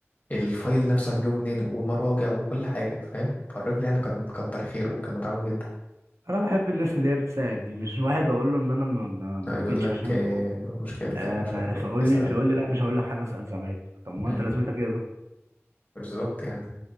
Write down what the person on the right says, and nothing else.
انا بحب الناس اللي هي بتساعد دي مش واحد اقول له ان انا ما ما ما
جيتش
عشان
ظروف
آه
فاقول
لي فاقول لي لا مش هقول لك حاجه اسال زمايلك طب ما
انت رسمتك ايه يا دكتور